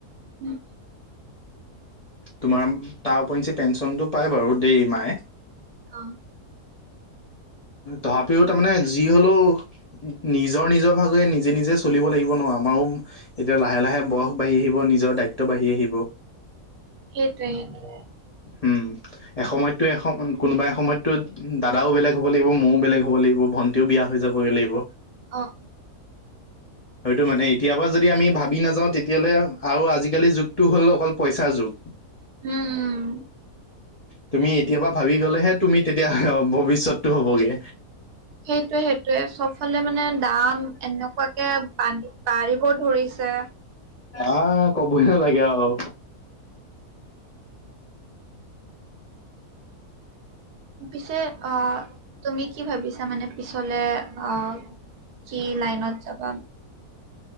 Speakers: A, on the right; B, on the left.
A: উম,
B: তোমাৰ তাৰ উপৰঞ্চি পেঞ্চনটো পায় বাৰু দেই মায়ে।
A: অ'
B: তথাপিও তাৰমানে যি হ'লেও, উম। নিজৰ-নিজৰ ভাগে নিজে-নিজে চলিব লাগিব ন', আমাৰো এতিয়া লাহে-লাহে বয়স বাঢ়ি আহিব নিজ নিজৰ দায়িত্ব বাঢ়ি আহিব।
A: সেইটোৱে-সেইটোৱে।
B: উম, এসময়তটো এসম‌ কোনোবা এসময়তটো দাদাও বেলেগ হ'ব হ'ব লাগিব, ময়ো বেলেগ হ'ব লাগিব, ভন্টিও বিয়া হৈ যাবগে লাগিব।
A: অ'।
B: হ'য়টো মানে এতিয়াৰপা যদি আমি ভাবি নাযাওঁ তেতিয়াহ'লে আৰু আজি-কালিৰ যুগটো হ'ল অকল পইচাৰ যুগ।
A: উম-উম-উম।
B: তুমি এতিয়াপা ভাবি গ'লেহে তুমি তেতিয়া হাঁ ভৱিষ্যতটো হ'বগে।
A: সেইটোৱে-সেইটোৱে চবফালে মানে দাম এনেকুৱাকে বাঢ়ি বাঢ়িব ধৰিছে।
B: আ, ক'বই লাগে আও।
A: পিছে অ, তুমি কি ভাৱিছা মানে পিছলে অ, কি লাইনত যাবা?